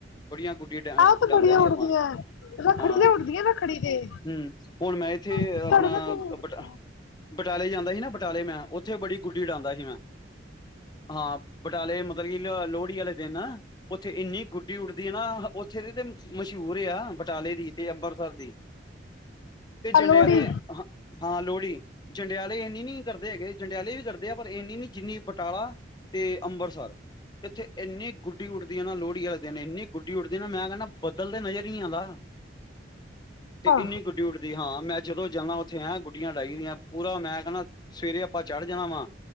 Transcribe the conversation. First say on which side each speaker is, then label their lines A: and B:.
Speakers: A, on the left; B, on the left.
A: ਬੜੀਆਂ ਗੁੱਡੀਆਂ ਡ-ਡਾਂਦੇ
B: ਆਹ ਤਾਂ ਬੜੀਆਂ
A: ਹੀ
B: ਉੱਡਦੀਆਂ
A: ਆਪਾਂ,
B: ਰੱਖੜੀ
A: ਹਾਂ।
B: ਤੇ ਉੱਡਦੀਆਂ ਰੱਖੜੀ ਤੇ
A: ਹਮ, ਹੁਣ ਮੈਂ ਇੱਥੇ
B: ਤੁਹਾਡੇ
A: ਆਪਣਾ
B: ਕੋਲ ਕਿਵੇਂ ਉੱਡਦੀ
A: ਬਟ ਬਟਾਲੇ ਜਾਂਦਾ ਸੀ ਨਾ ਬਟਾਲੇ ਮੈਂ ਉੱਥੇ ਬੜੀ ਗੁੱਡੀ ਉਡਾਉਂਦਾ ਸੀ ਮੈਂ ਹਾਂ ਬਟਾਲੇ ਮਤਲਬ ਕਿ ਲੋ ਲੋਹੜੀ ਵਾਲੇ ਦਿਨ ਉੱਥੇ ਇੰਨੀ ਗੁੱਡੀ ਉੱਡਦੀ ਹੈ ਨਾ ਓਚੇਰੀ ਤੇ ਮਸ਼ਹੂਰ ਆ ਬਟਾਲੇ ਦੀ ਤੇ ਅੰਬਰਸਰ ਦੀ ਤੇ ਜੰਡੇਆਲੇ
B: ਆ ਲੋਹੜੀ
A: ਹ ਹਾਂ ਲੋਹੜੀ ਜੰਡਿਆਲੇ ਇੰਨੀ ਨੀ ਕਰਦੇ ਹੈਗੇ ਜੰਡਿਆਲੇ ਵੀ ਕਰਦੇ ਆ ਪਰ ਇੰਨੀ ਨੀ ਜਿੰਨੀ ਬਟਾਲਾ ਤੇ ਅੰਬਰਸਰ ਇੱਥੇ ਇੰਨੀ ਗੁੱਡੀ ਉਡਦੀ ਆ ਨਾ ਲੋਹੜੀ ਵਾਲੇ ਦਿਨ ਇੰਨੀ ਗੁੱਡੀ ਉੱਡਦੀ ਨਾ ਮੈਂ ਕਹਿੰਦਾ ਬਦਲ ਤੇ ਨਜ਼ਰ ਹੀ ਆਂਦਾ ਤੇ
B: ਹਾਂ
A: ਇੰਨੀ ਗੁੱਡੀ ਉੱਡਦੀ ਹਾਂ ਮੈਂ ਜਦੋਂ ਜਾਂਦਾ ਉੱਥੇ ਆ ਗੁੱਡੀਆਂ ਡਾਈਦੀਆਂ ਪੂਰਾ ਮੈਂ ਕਹਿੰਦਾ ਸਵੇਰੇ ਆਪਾਂ ਚੜ ਜਾਣਾ ਵਾ